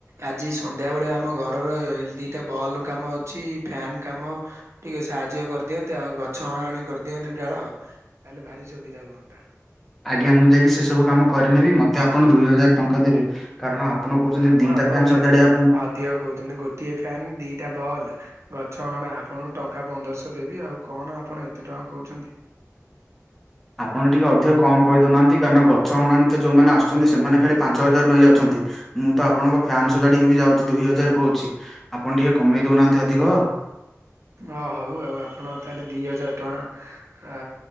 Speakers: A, on the right (about 60°); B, in the centre.
A: ଆଜି ସନ୍ ଧ୍ୟା ବେଳେ ଆମ ଘରର ଇ-ଦିଇଟା ବଲ୍ କାମ ଅଛି, ଫେନ୍ କାମ ଟିକେ ସାହାଯ୍ୟ କରିଦିଅନ୍ତେ, ଆଉ ଗଛ ହଣା ହଣି କରିଦିଅନ୍ତେ ଡାଳ ତାହେଲେ, ଭାରି ସୁବିଧା ହୁଅନ୍ତା।
B: ଆଜ୍ଞା, ମୁଁ ଯାଇକି ସେ ସବୁ କାମ କରିନେବି। ମତେ ଆପଣ ଦୁଇ ହଜାର ଟଙ୍କା ଦେବେ। କାରଣ ଆପଣ କହୁଛନ୍ତି,
A: ନା ମ
B: ଦିଟା
A: ଆପଣ
B: ଫ୍ୟାନ୍ ସଜାଡିବା ପାଇଁ।
A: ଅଧିକ କୋହୁ ତୁନୁ ଗୋଟିଏ ଫ୍ୟାନ୍ ଦିଟା ବଲ୍। ଗଛ ହଣା ଆପଣଙ୍କୁ ଟଙ୍କା ପନ୍ଦରଶହ ଦେବି, ଆଉ କଣ ଆପଣ ଏତେ ଟଙ୍କା କହୁଛନ୍ତି?
B: ଆପଣ ଟିକେ ଅଧିକ କମ୍ କହିଦେଉନାହାଁନ୍ତି। କାରଣ, ଗଛ ହଣାଣୀ ତ ଯୋଉମାନେ ଆସୁଛନ୍ତି, ସେମାନେ ଖାଲି ପାଞ୍ଚ ହଜାର ନେଇ ଯାଉଛନ୍ତି। ମୁଁ ତ ଆପଣଙ୍କ ଫ୍ୟାନ୍ ସଜାଡିକି ବି ଯାଉଛି, ଦୁଇ ହଜାର କହୁଛି, ଆପଣ ଟିକେ କମେଇ ଦଉନାହାଁନ୍ତି ଅଧିକ?
A: ଅ ହଉ ଆଉ ଆପଣ ତାହେଲେ ଦି ହଜାର ଟଆଁ ଅ